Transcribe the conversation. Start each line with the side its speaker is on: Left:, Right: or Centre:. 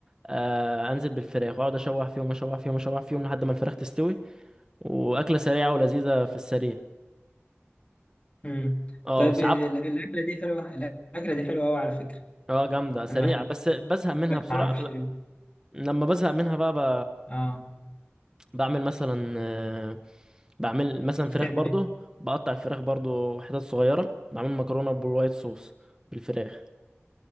Right: آه، أنزل بالفراخ وأقعد أشوح فيهم أشوح فيهم أشوح فيهم لحد ما الفراخ تستوي وأكلة سريعة ولذيذة في السريع
Left: مم.
Right: اه
Left: طيب
Right: ساعات
Left: ال- الأكلة دي حلوة الأكلة دي حلوة أوي على فكرة
Right: اه جامدة سريعة
Left: أنا بحبها
Right: بس بزهق منها
Left: ما
Right: بسرعة
Left: أعرفش
Right: فلا
Left: ليه
Right: لما بزهق منها بقى,
Left: آه
Right: بعمل مثلا آه، بعمل مثلا
Left: بتعمل
Right: فراخ برضو
Left: إيه؟
Right: بقطع الفراخ برضو حتت صغيرة بعمل مكرونة بالوايت صوص بالفراخ